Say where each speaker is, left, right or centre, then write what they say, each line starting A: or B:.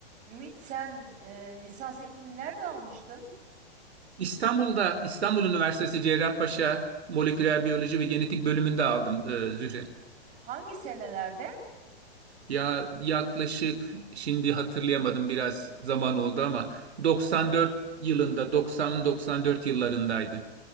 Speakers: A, on the right (about 25°); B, on the right (about 80°).
A: Ümit sen e, lisans eğitimini nerede almıştın?
B: İstanbul'da İstanbul Üniversitesi Cerrahpaşa Moleküler Biyoloji ve Genetik bölümünde aldım e, Zühre.
A: Hangi senelerde?
B: Ya yaklaşık şimdi hatırlayamadım biraz zaman oldu ama 94 yılında 90-94 yıllarındaydı.